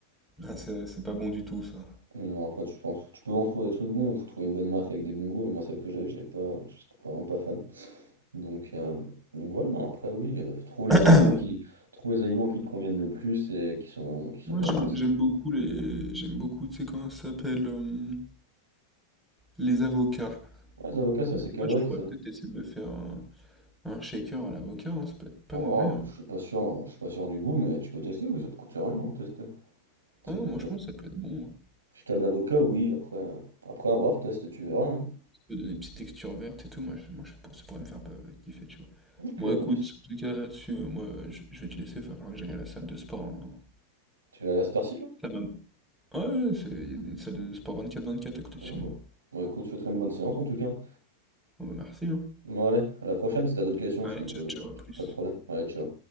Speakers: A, in the centre; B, on the right (about 75°).
A: Ah, c'est c'est pas bon du tout, ça.
B: non, après, tu penses, tu peux en trouver des trucs bons, faut trouver une bonne marque avec des bons goûts, mais moi, celle que j'avais, j'avais pas, j'étais pas vraiment pas fan. Donc, euh, donc voilà, non, après oui, euh, trouve
A: <coughs>
B: les
A: <clears throat>
B: aliments
A: Ouais.
B: qui, trouve les aliments qui te conviennent le plus et qui sont, qui sont
A: Moi,
B: quand
A: j'aime
B: même assez.
A: j'aime beaucoup les... J'aime beaucoup, tu sais comment ça s'appelle? euh, les avocats.
B: Ouais, les avocats, c'est
A: Et
B: assez
A: ben,
B: calorique.
A: moi, je pourrais
B: Ça...
A: peut-être essayer de me faire un, un shaker à l'avocat, hein, Ça peut être pas
B: Oh,
A: mauvais, hein.
B: ah, je suis pas sûr, je suis pas sûr du goût, mais tu peux tester, oui, ça te coûte rien de tester. Ça
A: Ah non,
B: te coûte.
A: moi, je pense que ça peut être bon. hein.
B: Si t'aimes l'avocat, oui, après, après avoir, teste et tu verras. hein.
A: peux donner une petite texture verte et tout, moi, je, moi je, ça pourrait me faire pas kiffer, tu vois.
B: Ok,
A: Moi, écoute,
B: bah,
A: en tout cas, là-dessus, euh, moi, je, je vais te laisser, il va falloir que j'aille à la salle de sport. hein.
B: tu vas à la cette heure-ci, là?
A: La même. Ouais, ouais, c'est- il y a des salles de sport 24-24 à côté de
B: Ah,
A: chez
B: bon.
A: moi.
B: Bon, écoute, fais-toi une bonne séance en tout cas.
A: Bon, bah, merci, hein.
B: Bon, allez, à la prochaine, si t'as d'autres questions,
A: Allez,
B: tu
A: ciao,
B: peux.
A: ciao, à plus.
B: Pas de problème. Allez, ciao.